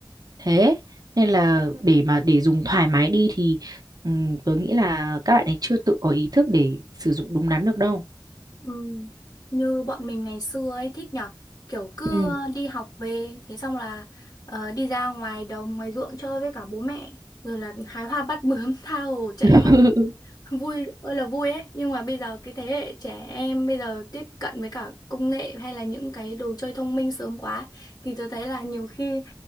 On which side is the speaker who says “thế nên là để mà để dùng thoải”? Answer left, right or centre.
Right